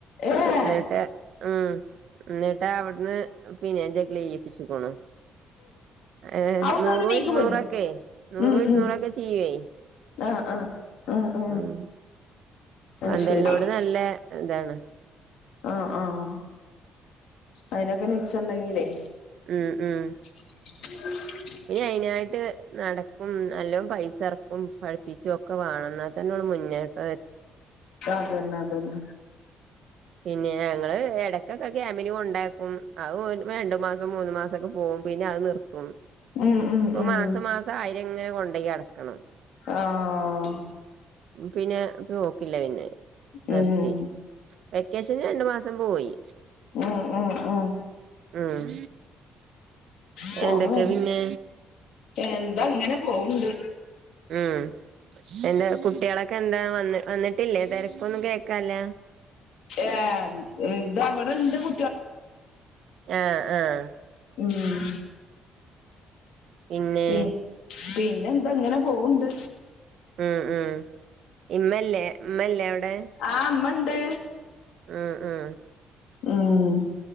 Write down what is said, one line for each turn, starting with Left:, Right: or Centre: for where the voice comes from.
Left: ഏഹ്
Right: ന്നട്ട് ഉം ന്നിട്ട് അവിടുന്ന്. പിന്നെ ജഗലി ചെയ്യിപ്പിച്ക്ക്ണു. ഏഹ്
Left: അവിടുന്നങ്ങട്
Right: നൂറും
Left: നീക്കി
Right: ഇരുന്നൂറൊക്കെ
Left: പോയിനോ
Right: നൂറു
Left: ഉം
Right: ഇരുന്നൂറൊക്കെ
Left: ഉം
Right: ചെയ്യേ.
Left: ആഹ് ആഹ് ആഹ് ആഹ്
Right: ഉം
Left: അത്
Right: പന്തലിനോട്
Left: ശരി
Right: നല്ല താണ്.
Left: ആഹ് ആഹ് അയിനൊക്കെ നിച്ചണ്ടെങ്കിലേ
Right: ഉം ഉം
Left: <unintelligible>
Right: പിന്നെ അയിനായിട്ട് നട ക്കും നല്ലോം പൈസ എറക്കും പഠിപ്പിച്ചും ഒക്കെ വേണം. ന്നാൽ തന്നെ മുന്നേട്ട
Left: അതന്നെ അതന്നെ.
Right: പിന്നെ ഞങ്ങള് എടക്കൊക്കെ ക്യാമ്പിന് കൊണ്ടാക്കും. അത് രണ്ടു മാസം മൂന്നു മാസൊക്കെ പോകും. പിന്നെ അത് നിർത്തും.
Left: ഉം ഉം
Right: പ്പൊ
Left: ഉം
Right: മാസം മാസം ആയിരെങ്ങനെ കൊണ്ടോയി അടക്കണം.
Left: ആഹ്
Right: പിന്നെ ത് നോക്കില്ല പിന്നെ. നിർത്തി
Left: ഉം
Right: വെക്കേഷന് രണ്ടു മാസം പോയി.
Left: ഉം ഉം ഉം
Right: ഉം
Left: ഫോണ്
Right: എന്തൊക്കെ
Left: വര്ണ്
Right: പിന്നെ.
Left: എന്താ ങ്ങനെ പോവ്ണ്ട്.
Right: ഉം എന്താ കുട്ടികളൊക്കെ എന്താ വ വന്നിട്ടില്ലേ. തര ഒന്നും കേക്കാല്ല.
Left: ഏഹ് ത. ഇവടെ ഇണ്ട് കു
Right: ആഹ് ആഹ്.
Left: ഉം
Right: പിന്നെ.
Left: പി പിന്നെ ന്താ ഇങ്ങനെ പോവ്ണ്ട്.
Right: ഉം ഉം ഇമ്മല്ലേ. മ്മല്ലേ അവിടെ.
Left: ആഹ് മ്മണ്ട്.
Right: ഉം ഉം
Left: ഉം